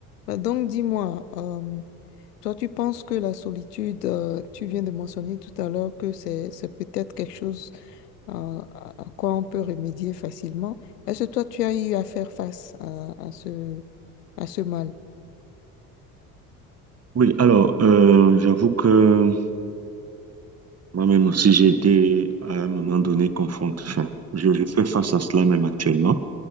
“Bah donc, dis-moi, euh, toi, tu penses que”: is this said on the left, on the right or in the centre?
Left